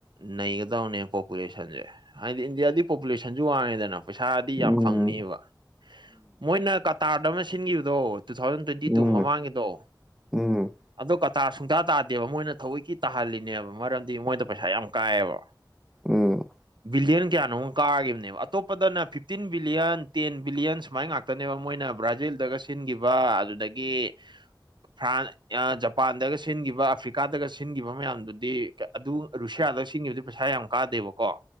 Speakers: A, on the right; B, in the centre.
A: ꯅꯩꯒꯗꯕꯅꯦ ꯄꯣꯄꯨꯂꯦꯁꯟꯁꯦ ꯍꯥꯏꯗꯤ ꯏꯟꯗꯤꯌꯥꯗꯤ ꯄꯣꯄꯨꯂꯦꯁꯟꯁꯨ ꯋꯥꯡꯉꯦꯗꯅ ꯄꯩꯁꯥꯗꯤ
B: ꯎꯝ
A: ꯌꯥꯝ ꯐꯪꯅꯤꯕ ꯃꯣꯏꯅ ꯀꯇꯥꯔꯗ ꯑꯃ ꯁꯤꯟꯈꯤꯕꯗꯣ ꯇꯨ ꯊꯥꯎꯖꯟ ꯇ꯭ꯋꯦꯟꯇꯤ
B: ꯎꯝ ꯎꯝ
A: ꯇꯨ ꯃꯃꯥꯡꯒꯤꯗꯣ
B: ꯎꯝ
A: ꯑꯗꯣ ꯀꯇꯥꯔ ꯁꯨꯡꯇꯥ ꯇꯥꯗꯦꯕ ꯃꯣꯏꯅ ꯊꯧꯑꯣꯏꯒꯤ ꯇꯥꯍꯜꯂꯤ ꯅꯦꯕ ꯃꯔꯝꯗꯤ ꯃꯣꯏꯗ ꯄꯩꯁꯥ ꯌꯥꯝ ꯀꯥꯏꯑꯦꯕ
B: ꯎꯝ
A: ꯕꯤꯂꯤꯌꯟ ꯀꯌꯥꯅꯣꯃ ꯀꯥꯈꯤꯕꯅꯦꯕ ꯑꯇꯣꯞꯄꯗꯅ ꯐꯤꯞꯇꯤꯟ ꯕꯤꯂꯤꯌꯟ ꯇꯦꯟ ꯕꯤꯂꯤꯌꯟ ꯁꯨꯃꯥꯏꯅ ꯉꯥꯛꯇ ꯉꯛꯇꯅꯦꯕ ꯃꯣꯏꯅ ꯕ꯭ꯔꯥꯖꯤꯜꯗꯒ ꯁꯤꯟꯈꯤꯕ ꯑꯗꯨꯗꯒꯤ ꯐ꯭ꯔꯥꯟꯁ ꯑ ꯖꯄꯥꯟꯗꯒ ꯁꯤꯟꯈꯤꯕ ꯑꯐ꯭ꯔꯤꯀꯥꯗꯒ ꯁꯤꯟꯈꯤꯕ ꯃꯌꯥꯝꯗꯨ ꯗꯤ ꯑꯗꯨ ꯔꯨꯁꯤꯌꯥꯗꯒ ꯁꯤꯟꯈꯤꯕꯗꯨꯗꯤ ꯄꯩꯁꯥ ꯌꯥꯝ ꯀꯥꯗꯦꯕꯀꯣ